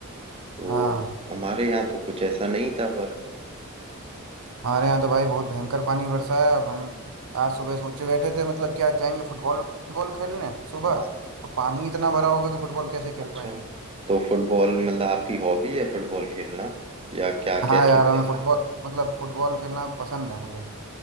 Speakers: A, on the right (about 25°); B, on the right (about 80°).
A: तो
B: हाँ
A: हमारे यहाँ तो कुछ ऐसा नहीं था पर
B: हमारे यहाँ तो भाई बहुत भयंकर पानी बरसा है अब हम आज सुबह सोचे बैठे थे मतलब कि आज जाएंगे फुटबॉल फुटबॉल खेलने सुबह
A: हाँ
B: तो पानी इतना भरा होगा कि फुटबॉल कैसे खेल
A: अच्छा
B: पाएंगे
A: तो फुटबॉल
B: हम्म।
A: मतलब आपकी हॉबी है फुटबॉल खेलना या क्या
B: हाँ
A: कैसे
B: यार
A: क्या
B: हमें फुटबॉल मतलब फुटबॉल खेलना पसंद है मुझे